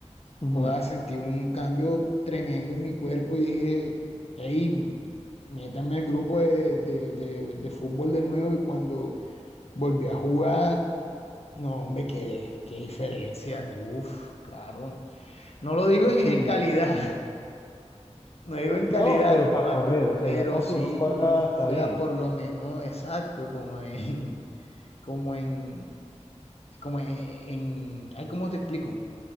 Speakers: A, on the left (about 40°); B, on the left (about 60°).
A: ujú,
B: Joder, sentí un cambio tremendo en mi cuerpo y dije, hey, métanme al grupo de, de- de- de fútbol de nuevo y cuando volví a jugar, no, hombre, qué, qué diferencia. Uf, claro. No lo digo en,
A: Sí.
B: en calidad, <laughs> no digo en calidad,
A: No, pero
B: más
A: para correr,
B: bi-
A: o sea,
B: pero
A: ya con
B: sí,
A: que uno corra está
B: o sea,
A: bien.
B: por lo menos, exacto, como en, como en, como e, en, ay, ¿cómo te explico?